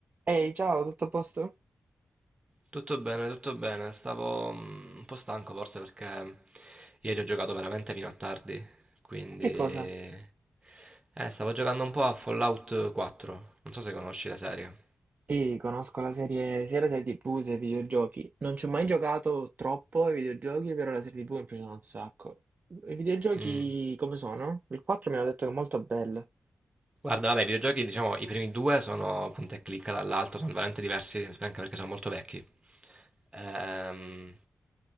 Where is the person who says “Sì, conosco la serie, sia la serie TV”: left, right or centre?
Right